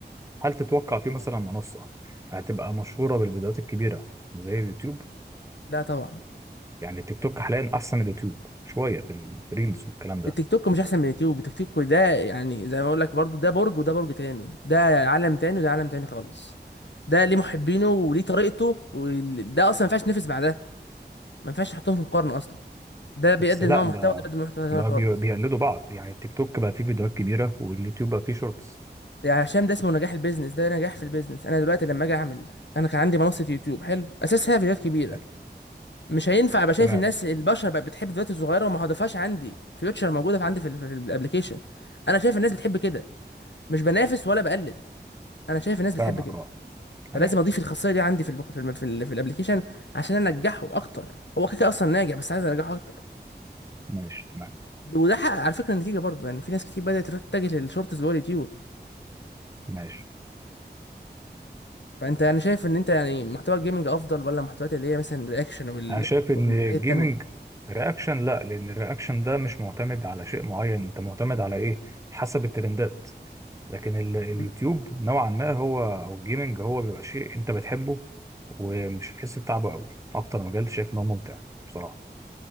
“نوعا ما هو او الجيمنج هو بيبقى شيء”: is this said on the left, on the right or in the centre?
Right